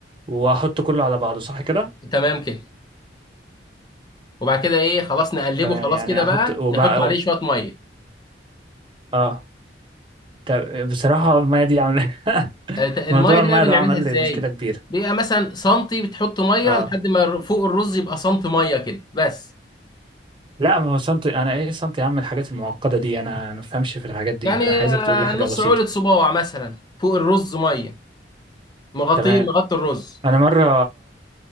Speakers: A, on the right (about 25°); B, on the left (about 25°).
A: واحط كله على بعضه صح كده
B: تمام كده وبعد كده ايه خلاص نقلبه
A: تمام
B: خلاص
A: يعني
B: كده
A: احط
B: بقى
A: وبقى
B: نحط عليه شويه ميه
A: اه طب بصراحة المية دي عاملة <laughs>
B: آه، ت- الميه
A: موضوع
B: دي
A: المية
B: بقى بنعملها
A: ده عمل
B: ازاي
A: لي مشكلة كبيرة
B: بيبقى مثلا سنتي بتحط ميه
A: اه
B: لحد ما الر- فوق الرز يبقى سنتي ميه كده بس
A: لا ما هو سنتي انا ايه سنتي يا عم الحاجات المعقده دي انا أنا ما بفهمش في الحاجات دي
B: يعني
A: انا عايزك
B: آه،
A: تقول لي حاجه
B: نص
A: بسيطه
B: عولة صباع مثلا فوق الرز ميه مغطيه
A: تمام
B: مغطي الرز
A: انا مره